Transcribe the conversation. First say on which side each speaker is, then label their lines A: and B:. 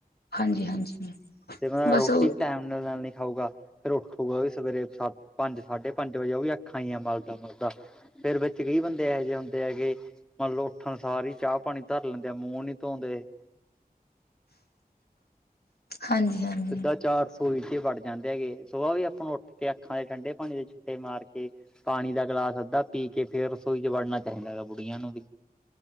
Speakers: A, on the left; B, in the centre.
A: ਹਾਂਜੀ ਹਾਂਜੀ ਹਾਂਜੀ
B: ਤੇ ਮ
A: ਬਸ
B: ਰੋਟੀ
A: ਉਹ
B: ਟਾਈਮ ਉਹਨਾ ਨਾਲ ਨੀ ਲੈਣ ਲਈ ਖਾਊਗਾ ਫਿਰ ਉੱਠਗਾ ਵੀ ਸਵੇਰੇ ਸੱਤ ਪੰਜ ਸਾਢੇ ਪੰਜ ਵਜੇ ਉਹ ਵੀ ਅੱਖਾਂ ਹੀਈ ਆ ਮਲਦਾ ਮਲਦਾ ਫੇਰ ਬੱਚੇ ਕਈ ਬੰਦੇ ਇਹੋ ਜਿਹੇ ਹੁੰਦੇ ਹੈਗੇ ਮੰਨ ਲ ਉੱਠਣ ਸਾਰੀ ਹੀ ਚਾਹ ਪਾਣੀ ਧਰ ਲੈਂਦੇ ਆ ਮੂੰਹ ਨੀ ਧੋਂਂਦੇ
A: ਹਾਂਜੀ ਹਾਂਜੀ
B: ਸਿੱਧਾ ਚਆ ਸ ਵੜ ਜਾਂਦੇ ਹੈਗੇ ਸਆਹ ਵੀ ਆਪਾਂ ਨੂੰ ਉੱਠ ਕੇ ਅੱਖਾਂ ਦੇ ਠੰਡੇ ਪਾਣੀ ਦੇ ਛਿੱਟੇ ਮਾਰ ਕੇ ਪਾਣੀ ਦਾ ਗਿਲਾਸ ਅੱਧਾ ਪੀ ਕੇ ਫੇਰ ਰਸੋਈ ਚ ਵੜਨਾ ਚਾਹੀਦਾ ਹੈਾ ਬੁੜੀਆਂ ਨੂੰ ਵੀ